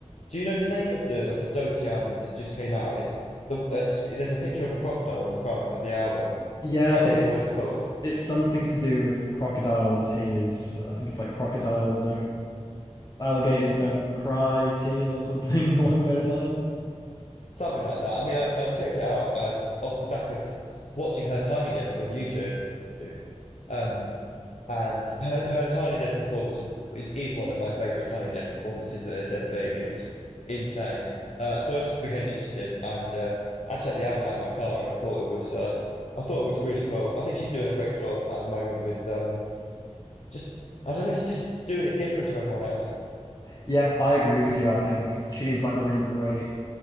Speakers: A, on the left (about 70°); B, on the left (about 30°).
A: Do you know the name of the of the Doty album that just came out? It's the uh, she's, there's a picture of a crocodile on the front of the album.
B: Yeah,
A: I can't
B: I think
A: remember
B: it's
A: what it's called.
B: it's something to do with crocodile tears. I think it's like crocodiles don't alligators don't cry tears or something <laughs> along those lines.
A: Something like that. I mean, I I checked it out um, off the back of watching her Tiny Desk on YouTube. Um, and her her Tiny Desk performance is is one of my favorite Tiny Desk performances that there's ever been. It was insane. Uh, so I just became interested and uh, and checked the album out in my car, and I thought it was uh, I thought it was really cool. I think she's doing a great job at the moment with um Just I don't know, she's just doing it different to everyone else.
B: Yeah, I agree with you. I think she is like a really great